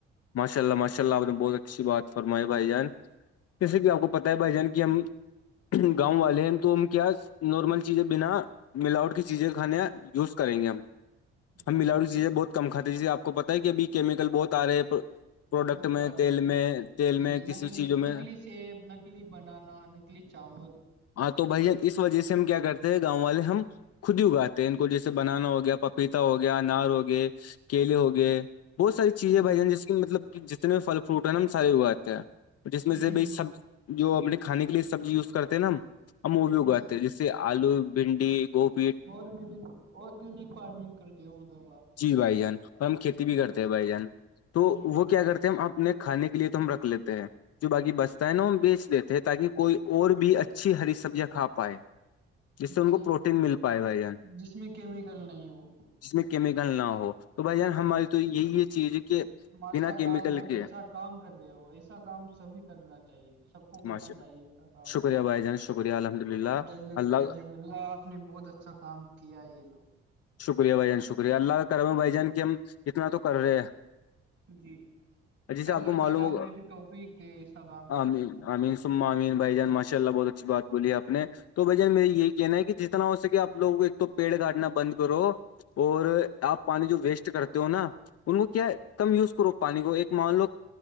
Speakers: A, on the left; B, on the right.
A: ماشاء اللہ ماشاء اللہ آپ نے بہت اچھی بات فرمائے بھائی جان جیسے کہ آپ کو پتتا ہے بھائی جان کی ہم گاؤں والے ہیں تو ہم کیا نارمل چیزیں بنا ملاوٹ کی چیزیں کھانے یوز کریں گے ہم ہم
B: جی
A: ملاوی چیزیں بہت کم کھاتی جیے آپ کو پتا ہے کہ ابھی کیمیکل بہت آ رہے ہیں پروڈکٹ
B: بہت
A: میں
B: آ رہے
A: تیل
B: ہیں
A: میں تیل
B: جی
A: میں کسی
B: نکلی
A: چیزوں میں
B: نکلی سیب نکلی بنانا نکلی چاول
A: ہاں تو بھیا اس وجہ سے ہم کیا کرتے ہیں گاؤں والے ہم خود ہی اگاتے ہیں ان کو جیسے بنانا ہوگا گیا پپیتا ہو گیا انار ہو گ کیلے ہو گئے بہت ساری چیزیں
B: جی
A: بھائی ج جیس کہ مطلب کہ جتنے بھی پل فروٹ ہے ن ہم سارے اگاتے ہیں جس میں سے
B: جی
A: ب سب جو ہم اپنے کھانے کے لیے سبزی یوز کرتے ہیں نا ہم وہ بھی اگاتے
B: جی
A: ہیں جیسے آلو بھنڈی گوب
B: آرگینک آرگینک فارمنگ کرتے ہو مطلب آپ
A: جی بھائی جان اور ہم کھیتی بھی کرتے
B: جی
A: ہیں بھائی جان تو
B: جی
A: وہ کیا کرتے ہیں ہم اپنے کھانے کے لیے تو ہم رکھ لیتے ہیں جو بای بچتا ہے نا ہم بیچ دیتے ہیں تاکہ کوئی اور بھی اچھا اچھی ہری سبزیاں کھ پائے جس سے ان
B: جی
A: کو پروٹین مل پائے بھائی جان
B: جس میں کیمیکل نہیں ہو
A: جس میں کیمیکل نہ ہو تو بھائی جان
B: ہاں
A: ہماری تو یہی یہ چیز ہے کہ
B: ماشاء
A: بنا
B: اللہ
A: کیمیکل
B: آپ بہت
A: کے
B: اچھا کام کر رہے ہو ایسا کام سبھی کرنا چاہیے سب کو کرنا
A: ماشاء اللہ۔
B: چاہیے ای سا کام
A: شکریہ بھائی جان شکریہ الحمد للہ
B: ج
A: اللہ
B: ججک اللہ آپ نے بہت اچھا کام کیا یہ تو
A: شکریہ بھائی جان شکریہ اللہ کا کرو ہے بھائی جان کی ہم اتنا تو کر رہے ہیں
B: جی
A: جیسے
B: اللہ
A: آپ کو معلوم
B: تعالی
A: ہوگا
B: ہمیں بھی توفیق دے سلام کرنے
A: آمین
B: کی
A: امین سما امین بھ جان ماشاء اللہ بہت اچھی بات بولی ہےپ نے تو بھائیان مے یہی کہنا ہے کہ جس اتنا ہو سک آپ لووں کو ایک تو پیڑ کاٹنا بند کرو اور آپ پانی جو ویسٹ کرتے ہو نا ان کو کیا کم یوز کرو پانی کو ایک مان لو